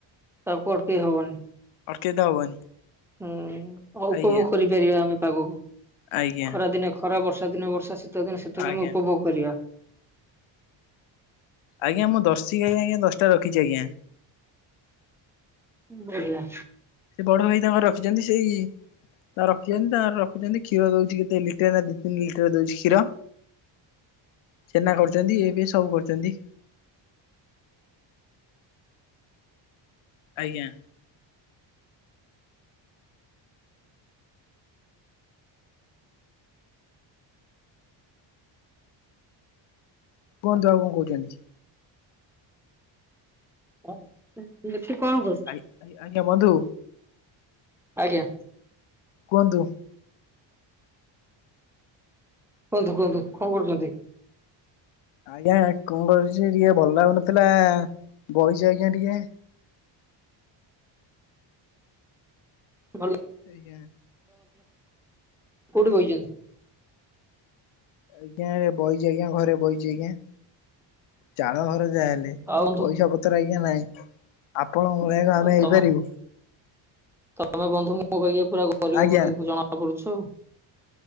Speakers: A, in the centre; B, on the left.
A: ତାକୁ ଅଟକେଇ ହବନି।
B: ଅଟକେଇ ତ ହବନି।
A: ହୁଁ ବ ଉପଭୋଗ
B: ଆଜ୍ଞା
A: କରିପାରିବା ଆମେ ପାଗକୁ
B: ଆଜ୍ଞା।
A: ଖରାଦିନେ ଖରା ବର୍ଷା ଦିନ ବର୍ଷା ଶୀତ ଦିନେ ଶୀତକୁ
B: ଆଜ୍ଞା
A: ଆମେ ଉପଭୋଗ କରିବା।
B: ଆଜ୍ଞା ମୁଁ ଦର୍ସିଗାଈ ଆଜ୍ଞା ଦଶଟା ରଖିଚି ଆଜ୍ଞା।
A: ବଢିଆ।
B: ସେ ବଡ ଭାଇ ତାଙ୍କର ରଖିଚନ୍ତି ସେଇ ତା ରଖିଚନ୍ତି ତାଙ୍କର ରଖୁଚନ୍ତି କ୍ଷୀର ଦଉଚି କେତେ ଲିଟର ନା ଦି ତିନି ଲିଟର ଦଉଚି ଷୀର। ଛେନା କରୁଚନ୍ତି ଇଏ ଫିଏ ସବୁ କରୁଚନ୍ତି। ଆଜ୍ଞା। କୁହନ୍ତୁ ଆଉ କଣ କହୁଛନ୍ତି?
A: ହଉ ଠିକ ଅଛି କଣ କରଛ <unintelligible>
B: ଆ ଆଜ୍ଞା ବନ୍ଧୁ?
A: ଆଜ୍ଞା।
B: କୁହନ୍ତୁ।
A: କୁହନ୍ତୁ କୁହନ୍ତୁ କଣ କରୁଛନ୍ତି?
B: ଆଜ୍ଞା କଣ କରୁଛି ଟିକେ ଭଲ ଲାଗୁନଥିଲା ବହିଛି ଆଜ୍ଞା ଟିକେ।
A: ଭଲ <inaudible>
B: ଆଜ୍ଞା।
A: କୋଉଠି ବଇଛନ୍ତି?
B: ଆଜ୍ଞା ବଇଛି ଆଜ୍ଞା ଘରେ ବଇଛି ଆଜ୍ଞା। ଚାଳ ଘର ଜା ହେଲେ
A: ଆଉ ବନ୍ଧୁ
B: ପଇସା ପତ୍ର ଆଜ୍ଞା ନାଇଁ। ଆପଣଙ୍କ ଭଳିକୁ
A: ଆଉ
B: ଆମେ ହେଇପାରିବୁ।
A: ତମ ତମେ ବନ୍ଧୁ ମୋ ପାଇଁ ପୁରା ଗରିବ
B: ଆଜ୍ଞା।
A: ବ ଜଣା ପଡୁଛ ଆଉ